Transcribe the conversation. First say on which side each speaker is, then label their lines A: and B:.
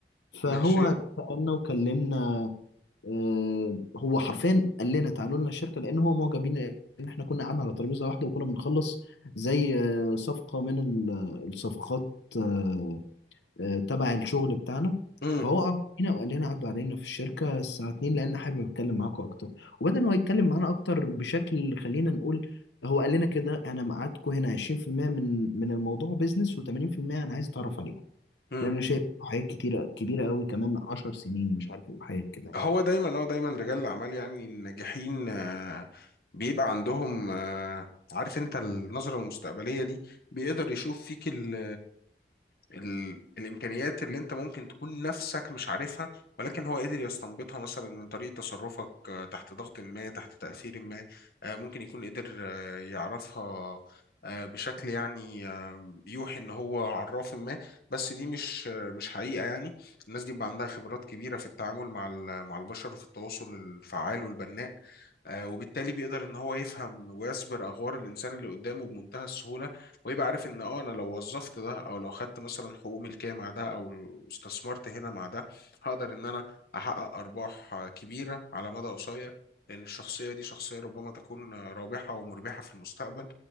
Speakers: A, on the left (about 85°); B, on the left (about 55°).
A: فهو
B: ماشي
A: سألنا وكلمنا آه، هو حرفيا قال لنا تعالوا لنا الشركة لأن هو معجب بينا إن إحنا كنا قعدنا على ترابيزة واحدة وكنا بنخلص زي آه، صفقة من ال- آه، الصفقات آه، آه، تبع الشغل بتاعنا
B: مم.
A: فهو أعجب بينا وقال لنا عدوا علينا في الشركة الساعة 2 لأن حابب أتكلم معاكم أكتر وبدأ إن هو يتكلم معانا أكتر بشكل خلينا نقول هو قال لنا كده أنا ميعادكم هنا 20% من من الموضوع بيزنس و80% أنا عايز أتعرف عليكم
B: مم.
A: لان انا شايف حاجات كتيره كبيره قوي كمان 10 سنين مش عارف ايه وحاجات كده يعني
B: هو دايما هو دايما رجال الاعمال يعني الناجحين آه، بيبقى عندهم آه، عارف انت النظرة المستقبلية دي بيقدر يشوف فيك ال ال... الامكانيات اللي انت ممكن تكون نفسك مش عارفها ولكن هو قدر يستنبطها مثلا من طريقه تصرفك آه، تحت ضغط ما تحت تاثير ما آه، ممكن يكون قدر آه، يعرفها آه، بشكل يعني يوحي ان هو عراف ما بس دي مش مش حقيقه يعني الناس دي بيبقى عندها خبرات كبيره في التعامل مع ال- مع البشر وفي التواصل الفعال والبناء آه، وبالتالي بيقدر ان هو يفهم ويسبر اغوار الانسان اللي قدامه بمنتهى السهوله ويبقى عارف ان اه انا لو وظفت ده او لو خدت مثلا حقوق ملكيه مع ده او استثمرت هنا مع ده هقدر ان انا احقق ارباح آه، كبيره على مدى قصير لان الشخصيه دي شخصيه ربما تكون آه، رابحه ومربحه في المستقبل